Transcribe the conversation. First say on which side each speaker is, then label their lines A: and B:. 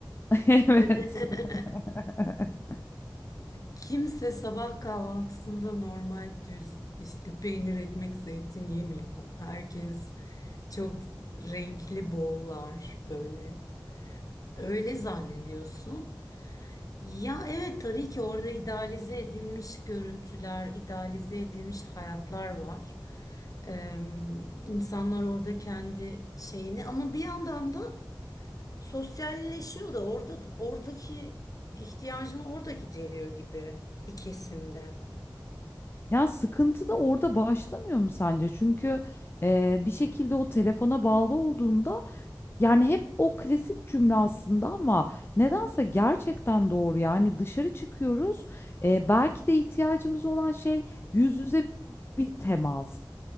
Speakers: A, on the left; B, on the left.
A: <laughs> Evet.
B: <laughs>
A: <laughs>
B: Kimse sabah kahvaltısında normal düz işte peynir, ekmek, zeytin yemiyor. Herkes çok renkli bollar böyle. Öyle zannediyorsun. Ya evet tabii ki orada idealize edilmiş görüntüler, idealize edilmiş hayatlar var. Ee, insanlar orada kendi şeyini ama bir yandan da sosyalleşiyor da orada oradaki ihtiyacını orada gideriyor gibi bir kesimde.
A: Ya sıkıntı da orada başlamıyor mu sence? Çünkü e, bir şekilde o telefona bağlı olduğunda yani hep o klasik cümle aslında ama nedense gerçekten doğru. Yani dışarı çıkıyoruz. e, belki de ihtiyacımız olan şey yüz yüze bir temas.